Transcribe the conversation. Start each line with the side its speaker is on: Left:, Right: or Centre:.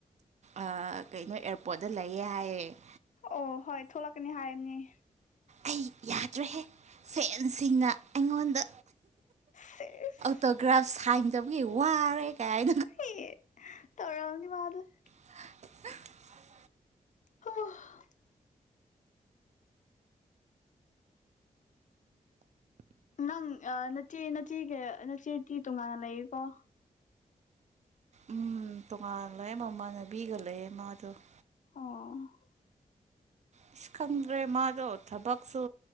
Right: ꯑꯥ ꯀꯩꯅꯣ ꯑꯦꯔꯄꯣꯔꯠꯇ ꯂꯩꯌꯦ ꯍꯥꯏꯌꯦ ꯫
Left: ꯑꯣ ꯍꯣꯏ ꯊꯣꯛꯂꯛꯀꯅꯤ ꯍꯥꯏꯌꯝꯅꯤ ꯫
Right: ꯑꯩ ꯌꯥꯗ꯭ꯔꯦꯍꯦ ꯁꯦꯜꯁꯤꯡꯅ ꯑꯩꯉꯣꯟꯗ
Left: ꯁꯦꯖ ꯫
Right: ꯇꯣꯒ꯭ꯔꯥꯐ ꯁꯥꯏꯟ ꯗꯧꯕꯒꯤ ꯋꯥꯔꯦ ꯀꯥꯏ
Left: ꯍꯦ ꯇꯧꯔꯝꯅꯤ ꯃꯥꯗꯨ ꯫
Right: <unintelligible>
Left: <unintelligible> ꯅꯪ ꯑꯥ ꯅꯆꯦ - ꯅꯆꯦꯒ ꯅꯆꯦꯒꯤ ꯇꯣꯉꯥꯟ ꯂꯩꯌꯦ ꯀꯣ ꯫
Right: ꯎꯝ ꯇꯣꯉꯥꯜꯂꯦ ꯃꯃꯥꯟꯅꯕꯤꯒ ꯂꯩꯌꯦ ꯃꯥꯗꯣ ꯫
Left: ꯑꯣ ꯫
Right: ꯑꯁ ꯈꯪꯗ꯭ꯔꯦ ꯃꯥꯗꯣ ꯊꯕꯛꯁꯨ